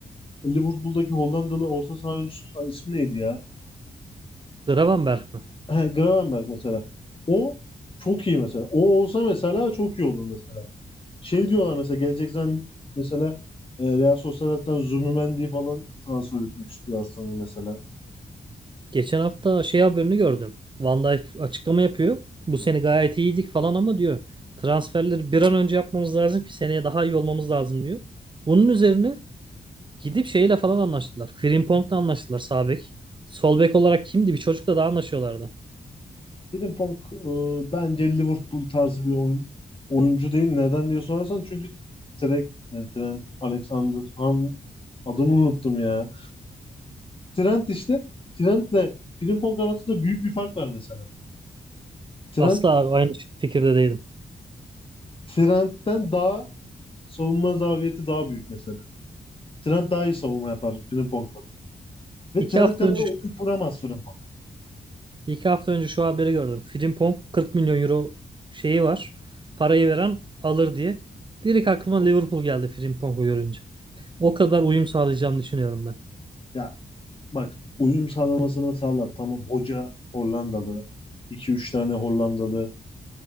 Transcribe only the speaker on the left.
Liverpool'daki Hollandalı orta saha oyuncusunun ismi neydi ya?
He, Gravenberch mesela. O çok iyi mesela. O olsa mesela çok iyi olur mesela. Şey diyorlar mesela geleceksen mesela e, Real Sociedad'dan Zubimendi falan transfer etmek istiyor Arsenal mesela.
Frimpong e, bence Liverpool tarzı bir oyun, oyuncu değil. Neden diye sorarsan çünkü Trent, yani Trent Alexander ham adını unuttum ya. Trent işte Trent'le Frimpong arasında büyük bir fark var mesela. Trent
Trent'ten daha savunma zafiyeti daha büyük mesela. Trent daha iyi savunma yapar Frimpong'dan. Ve
Trent
kadar
oyun kuramaz Frimpong.
Ya bak uyum sağlamasına sağlar. Tamam hoca Hollandalı. iki üç tane Hollandalı